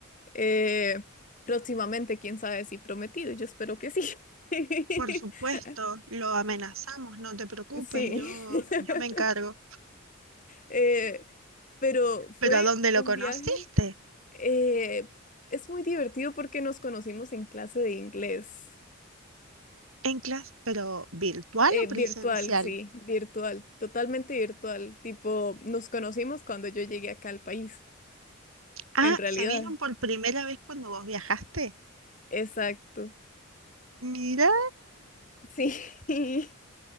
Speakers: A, on the left (about 40°); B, on the right (about 85°).
A: Eh, próximamente, quién sabe si prometido, yo espero que sí. <laughs>
B: Por supuesto, lo amenazamos, no te preocupes,
A: Sí.
B: yo,
A: <laughs>
B: yo me encargo.
A: Eh, pero fue
B: ¿Pero a dónde lo
A: un
B: conociste?
A: viaje. eh, es muy divertido porque nos conocimos en clase de inglés.
B: En clase, pero virtual
A: Eh,
B: o
A: virtual,
B: presencial.
A: sí, virtual, totalmente virtual. Tipo, nos conocimos cuando yo llegué acá al país,
B: Ah,
A: en realidad.
B: ¿se vieron por primera vez cuando vos viajaste?
A: Exacto.
B: Mirá.
A: Sí. <laughs>